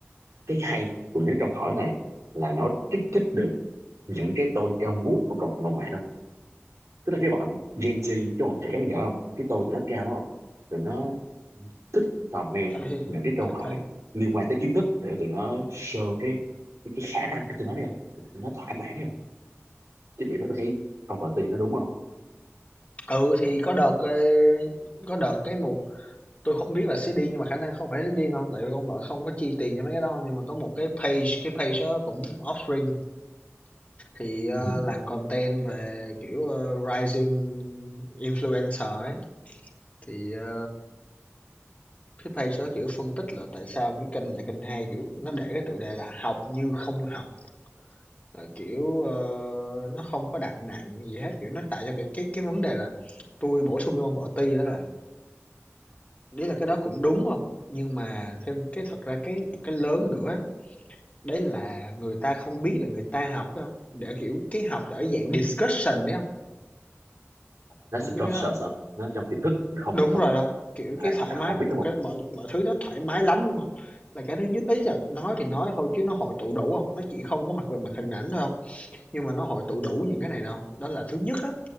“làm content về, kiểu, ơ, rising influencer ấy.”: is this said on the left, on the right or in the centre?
Left